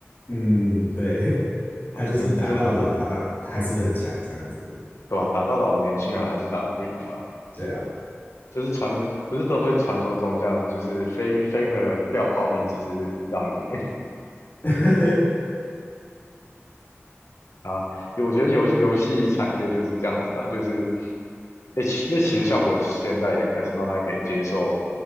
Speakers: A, on the left (about 50°); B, on the left (about 85°).
A: 嗯，对，<laughs> 他就是打到老，
B: 我真真的
A: 打到还是很强这样子。
B: 对吧、打到老，年轻人还是打不赢他。
A: 对啊，
B: 就是传，不是都会传说中这样，就是 fake faker 掉炮兵，只是让你
A: <laughs>
B: <laughs> 啊，我觉得游游戏产业就是这样子的，就是，诶、其因为其实像我现在也开始慢慢可以接受